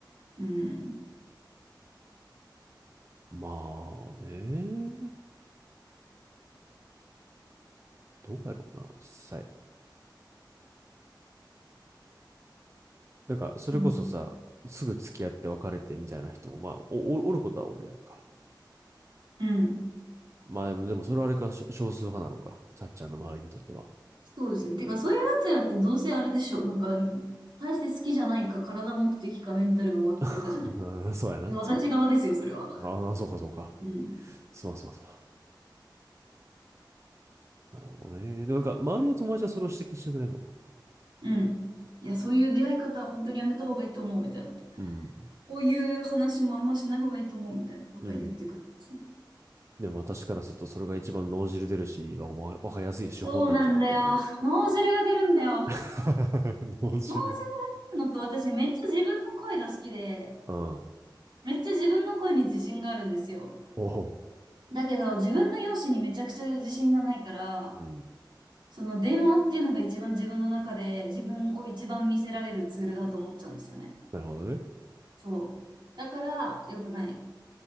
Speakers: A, on the right; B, on the right.
A: うん、
B: まあね、どうやろうな、実際。なんか、それこそさ、
A: うん、
B: すぐ付き合って別れてみたいな人も、まあ、お、おおることはおるやんか。
A: うん。
B: まあ、でもでもそれはあれか、少少数派なのか。さっちゃんの周りにとっては。
A: そうですね。てか、そういうやつらってどうせあれでしょう。なんか、大して好きじゃないか、体目的か、メンタルが終わってるかじゃない。
B: <laughs> うんそうやな。
A: 私側ですよ、
B: そう
A: それは。
B: やなああ、そうかそうか。
A: うん。
B: すまんすまんすまん。なるほどね。でもなんか、周りの友達はそれを指摘してくれんのか。
A: うん。いや、そういう出会い方は本当にやめた方がいいと思う、みたいな。
B: うん。
A: こういう話もあんましない方がいいと思う、みたいなことは言ってくるんですね。
B: うん。でも私からすると、それが一番脳汁出るし、わわかりやすい手法なんじゃっていう。
A: そうなんだよ。脳汁が出るんだよ。
B: <laughs> 脳汁。
A: 脳汁が出るのと、私めっちゃ自分の声が好きで、
B: うん。
A: めっちゃ自分の声に自信があるんですよ。
B: おお
A: だけど、自分の容姿にめちゃくちゃ自信がないから、
B: うん。
A: その電話っていうのが一番自分の中で自分を一番見せられるツールだと思っちゃうんですよね。
B: なるほどね。
A: そう。だから良くない。